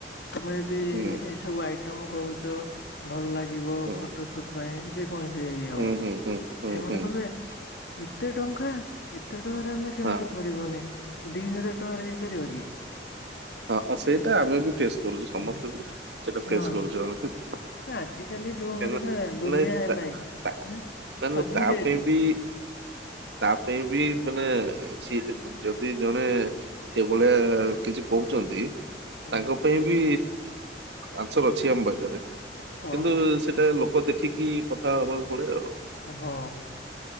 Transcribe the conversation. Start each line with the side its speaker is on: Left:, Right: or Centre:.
Left: ତମେ ଯଦି
Right: ହୁଁ
Left: ସବୁ ଆଇଟମ କହୁଛ ଭଲ ଲାଗିବ
Right: ହୁଁ
Left: ଫଟୋସୁଟ ପାଇଁ ଯେ କୌଣସି ଇଏ ହଉ
Right: ହୁଁ ହୁଁ ହୁଁ ହୁଁ
Left: ସେମାନେ
Right: ହୁଁ
Left: କହିବେ ଏତେ ଟଙ୍କା ଏତେ ଟଙ୍କାରେ ଆମେ କେମିତି
Right: ହଁ
Left: କରିବନି ଦି ହଜାର ଟଙ୍କାରେ ହେଇପାରିବ କି?
Right: ହଁ ହ ସେଇଟା ଆମେ ବି ଫେସ୍ କରୁଛୁ ସମସ୍ତେ
Left: ହେଲା
Right: ସେଇଟା ଫେସ୍
Left: ହଁ
Right: କରୁଛୁ ଆମେ। <unintelligible>
Left: ଆଜିକାଲି ଯୋଉ ପରିକା ଦୁନିଆ
Right: ନାଇଁ
Left: ହେଲାଣି
Right: ତା ତା
Left: ଆଁ
Right: ନାଇଁ
Left: ସବୁ
Right: ତାପାଇଁ
Left: ରେଟ
Right: ବି ତା ପାଇଁ ବି ମାନେ ସିଏ ଯଦି ଜଣେ ସେ ଭଳିଆ କିଛି କହୁଛନ୍ତି
Left: ହୁଁ
Right: ତାଙ୍କ ପାଇଁ ବି ଆନ୍ସର ଅଛି ଆମ ପାଖରେ କିନ୍ତୁ
Left: ହଁ
Right: ସେଟା ଲୋ କ ଦେଖିକି କଥା ହବାକୁ ପଡେ ଆଉ।
Left: ହଁ।